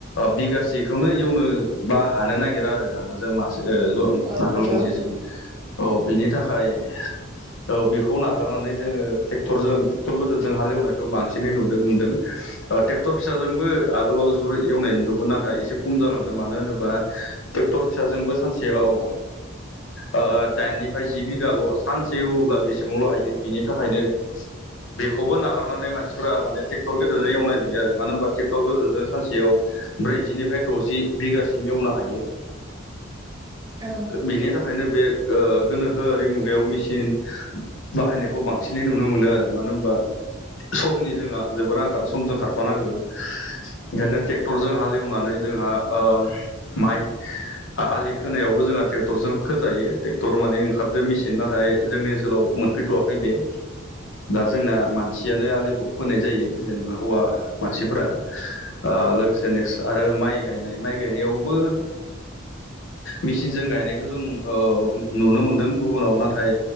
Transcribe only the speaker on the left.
बिगासेखौनो एवनो बा हानो नागिरा आरो ना जों मासे ज'
नांगोल
गंसेजों औ बिनि थाखाय औ बेखौ नागारनानै जोङो ट्रेक्टरजों ट्रेक्टर गोदोरजों हालेवनायखौ बांसिनै नुनो मोनदों। ओ ट्रेक्टर फिसाजोंबो आगोलाव जोबोर एवनाय नुदोंमोन नाथाय एसे खम जालांदों मानो होनोबा ट्रेक्टर फिसाजोंबो सानसेयाव ओ दाइननिफ्राय जि बिगाल' सानसे एवोब्ला बेसेबांल' हायो बिनि थाखायनो बेखौबो नागारनानै मानसिफोरा माने ट्रेक्टर गोदोरजों एवनाय नुयो आरो मानो होनबा ट्रेक्टर गोदेरजों सानसेयाव। ब्रैजिनिफ्राय द'जि बिगासिम एवनो हायो।
बेनि थाखायनो बे गो- गोनोखोआरि मुगायाव मेचिन बाहायनायखौ बांसिनै नुनो मोनो आरो मानो। होनबा समनि जोंहा जोबोर आंखाल समजों खारफानांगौ ओंखायनो ट्रेक्टरजों हालेवनानै जोंहा ओ माइ आलि खोनायावबो जोंहा ट्रेक्टरजों खोजायो ट्रेक्टर माने ओंखारदो मेसिन नाथाय जोंनि ओनसोलाव मोन फैथ'वाखै बे दा जोंना मानसियानो आलिखौ खोनाय जायो जेनेबा हौवा मानसिफ्रा ओ लोगोसे नेक्स्ट आरो माइ गायनाय माइ गायनायावबो मेचिनजों गायनायखौ ओ जों नुनो मोनदों गुबुनाव नाथाय